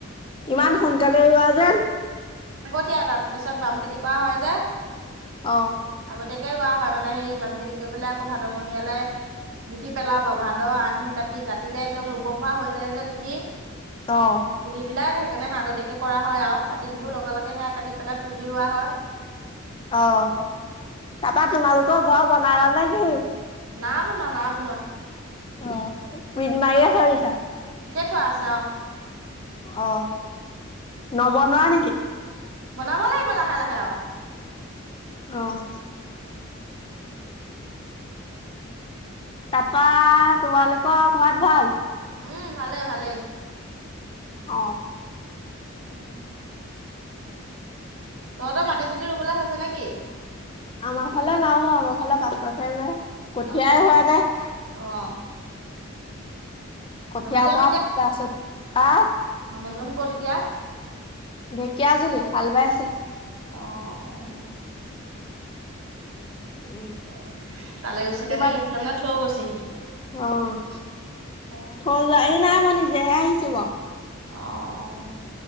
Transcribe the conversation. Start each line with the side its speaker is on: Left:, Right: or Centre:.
Right: এতিয়ালৈ
Left: ইমান সোনকালে ৰোৱা যেন
Right: কি আৰু তাৰ পিছত পাম খেতি কৰা হয় যে।
Left: অহ'
Right: আগতীয়াকে ৰোৱা হয় মানে সেই বাম খেতি কৰিবলৈ আকৌ ভাদমহীয়ালে গুটি পেলাব, ভাদ, আহিন, কাটি কাটিলে একদম ৰুব পৰা হৈ যায় যে গুটি
Left: অ'
Right: পুলিবিলাক সেইকাৰণে আগতীয়াকে কৰা হয় আৰু কাতি বিহু লগে লগে সেয়া কাটি পেলাই পুলি ৰুৱা হয়।
Left: অ' তাৰাপা তোমালোকৰ ঘৰ বনালা নে কি?
Right: না বনোৱা না বনোৱা।
Left: অহ' বিট মাৰিয় আ চোৱালিছা
Right: খোৱা আছা অ'
Left: আহ নব নোৱাৰা নেকি?
Right: বনাব লাগিব লাহে লাহে আৰু
Left: অহ' তাৰপা তোমালোকৰ ঘৰত ভাল?
Right: উম, ভালে ভালেই।
Left: অহ'
Right: উম। তহঁতৰ মাটি চেতি ৰুবলৈা হৈছে নেকি?
Left: আমাৰ ফালে নাই হোৱা আমাৰ ফালে পাছতহে <unintelligible> কঠিয়াই
Right: অ
Left: হোৱা নাই।
Right: অ
Left: <unintelligible>
Right: মানুহজন নজন কৰি এতিয়া।
Left: ঢেকীয়া আজুলি হাল বাই আছে।
Right: অ', অ,
Left: উম,
Right: অ, তালে গৈছে
Left: তোমালোকে
Right: কাৰণে এইফালে মানে থৈ গৈছেহি।
Left: অ',
Right: অ
Left: থই যোৱা এই নাই মই নিজেহে আহিছোঁ বাউ।
Right: অ',